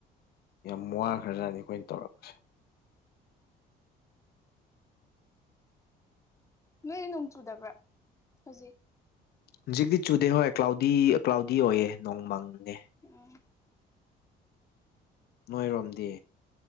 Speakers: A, on the left (about 70°); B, on the left (about 15°).
A: ꯌꯥꯝ ꯋꯥꯈ꯭ꯔꯖꯥꯠꯅꯤ ꯑꯩꯈꯣꯏꯅ ꯇꯧꯔꯛꯄꯁꯦ
B: ꯅꯣꯏꯗꯤ ꯅꯣꯡ ꯆꯨꯗꯕ꯭ꯔꯥ ꯍꯧꯖꯤꯛ
A: ꯍꯧꯖꯤꯛꯇꯤ ꯆꯨꯗꯦ ꯍꯣꯏ ꯀ꯭ꯂꯥꯎꯗꯤ ꯀ꯭ꯂꯥꯎꯗꯤ ꯑꯣꯏꯌꯦ ꯅꯣꯡ ꯃꯪꯉꯦ
B: ꯎꯝ
A: ꯅꯣꯏꯔꯣꯝꯗꯤ